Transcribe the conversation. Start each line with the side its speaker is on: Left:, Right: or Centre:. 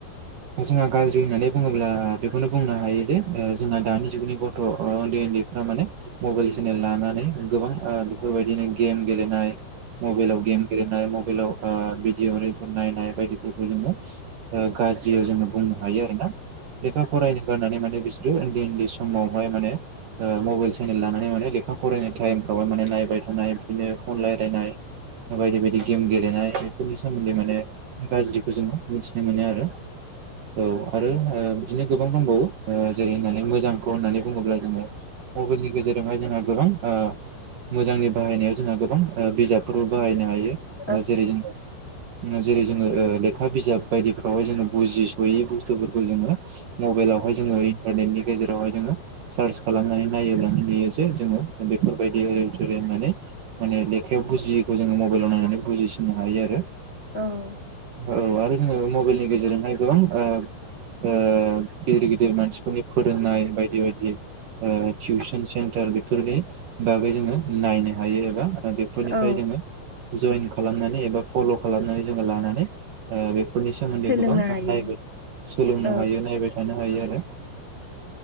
Right: जोंहा गाज्रि होननानै बुङोब्ला बेखौनो बुंनो हायो दि जोंहा दानि जुगनि गथ' उन्दै उन्दैफ्रा माने मबाइल सेनेल लानानै गोबां ओ बेफोरबायदिनो गेम गेलेनाय मबाइलाव गेम गेलेनाय म बेलाव भिडिअ' रिपर नायनाय बायदिफोरखौ जोङो गाज्रियाव जोङो बुंनो हायो आरोना। लेखा फरायनो गारनानै माने बिसोरो ओनदै ओनदै समावहाय माने ओ मबाइल सेनेल लानानै माने लेखा फरायनाय टाइमफ्रावहाय माने नायबाय थानाय। बिदिनो फन रायलायनाय बायदि बायदि गेम गेलेनाय बेफोरनि सोमोन्दै माने गाज्रि खौ जोङो मिथिनो मोनो आरो। औ आरो ओ बिदिनो गोबां दंबावो जेरै होननानै मोजां खौ होननानै बुङोब्ला जोङो मबाइलनि गेजेरजोंहाय जोंहा गोबां मोजांनि बाहायनायाव जोंहा गोबां बिजाबफोरबो बाहायनो हायो
Left: औ
Right: जेरै जोङो जेरै जोङो ओ लेखा बिजाब बायदिफ्रावहाय जोङो बुजिसयै बुस्थुफोरखौ जोङो मबाइलाव बेहाय जोङो इन्टारनेटनि गेरजों बेवहाय जोङो सार्च खालामनानै नायोब्लानो नुयो जे जोङो बेफोरबायदि ओरै थोरै होननानै माने लेखायाव बुजियैखौ जोङो मबाइलाव नायनानै बुजिसिननो हायो आरो।
Left: औ
Right: औ आरो जोङो मबाइलनि गेजेरजोंहाय गोबां ओ ओ गिदिर गिदिर मानसिफोरनि फो रोंनाय बायदि बायदि ओ टिउसन सेन्टार बेफोरनि बागै जोङो नायनो हायो एबा बेफोरनिफ्राय
Left: औ
Right: जोङो जयेन खालामनानै एबा फल' खालामनानै जोङो लानानै ओ बे फोरनि सोमोन्दै
Left: सोलोंनो
Right: गोबां
Left: हायो
Right: नायनो सोलोंनो
Left: औ
Right: हायो नायबाय थानो हायो आरो।